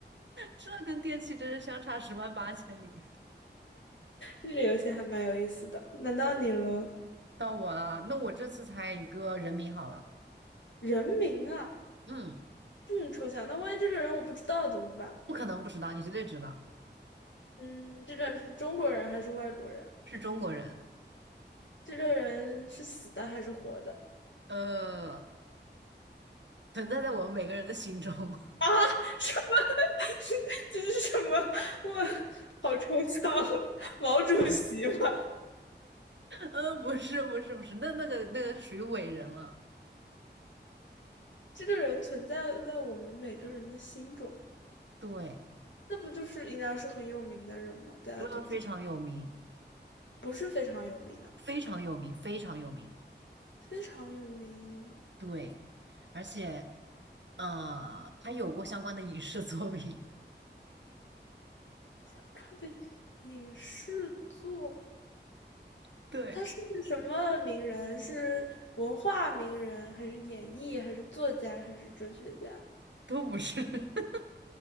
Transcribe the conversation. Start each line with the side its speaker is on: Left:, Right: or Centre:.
Right: 这跟电器真是相差十万八千里。
Left: 这个游戏还蛮有意思的，难到你了。
Right: 到我了，那我这次猜一个人名好了，
Left: 人名啊，
Right: 嗯，
Left: 这么抽象，那万一这个人我不知道怎么办？
Right: 不可能不知道，你绝对知道，
Left: 嗯，这个人是中国人还是外国人？
Right: 是中国人。
Left: 这个人是死的还是活的？
Right: 呃，存在在我们每个人的心中。<laughs>
Left: 啊，<laughs> 什么？<laughs> 是这是什么？我好抽象啊，毛主席吗？
Right: 呃，不是，不是，不是，那那个那个是属于伟人了，
Left: 这个人存在在我们每个人的心中，
Right: 对，
Left: 那不就是应该是很有名的人吗？大家都知，
Right: 这个非常有名，
Left: 不是非常有名啊，
Right: 非常有名，非常有名。
Left: 非常有名。
Right: 对，而且呃，他有过相关的影视作品，
Left: 想看的影视作，
Right: <laughs> 对，
Left: 他是什么名人？是文化名人，还是演艺，还是作家，还是哲学家？
Right: 都不是，<laughs>